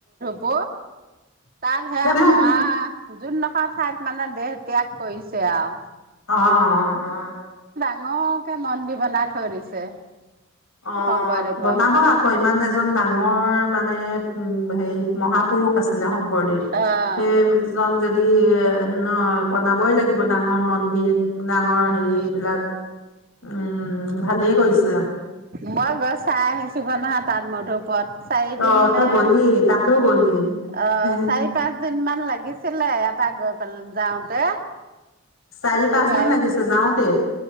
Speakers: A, on the right (about 45°); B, on the left (about 70°).
A: ব তাত হেয়া
B: সেইবিলাক
A: ম‌আ যোন দখ ঠাইত মানে দেহ ত্যাগ কৰিছে আৱ
B: অ অ অ
A: ডাঙৰকে মন্দিৰ বনাই থৈ দিছে
B: অ
A: শংকৰদেৱৰ।
B: বনাব আকৌ ইমান এজন ডাঙৰ মানে উম হেৰি মহাপুৰুষ আছিলে শংকৰদেৱ
A: অ'।
B: সেইজন যদি <unintelligible> ন বনাবই লাগিব ডাঙৰ মন্দিৰ মন্দিৰ টোত ডাঙৰ
A: উম
B: হেৰি বিলাক উম ভালেই কৰিছে
A: মই গৈ চাই আহিছোঁ গৈ ন তাত তাত মধুপুৰত চাৰিদিন
B: অ
A: নে
B: তই গ'লি তাতোও গ'লি
A: অ
B: হে,
A: চাৰি পাঁচ দিন মান লাগিছিলে এটা গৈ পালে যাওঁতে
B: চাৰি পাঁচদিন
A: গাড়ী
B: লাগিছে যাওঁতে